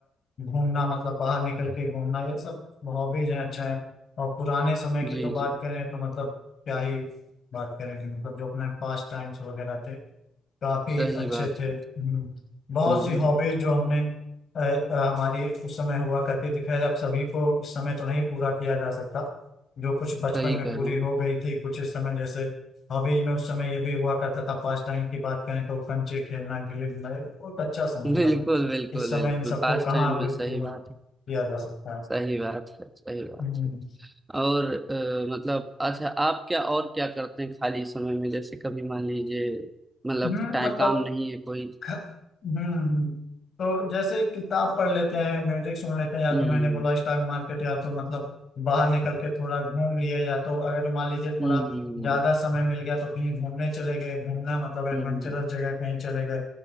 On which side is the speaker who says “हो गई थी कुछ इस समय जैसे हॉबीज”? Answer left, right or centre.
Left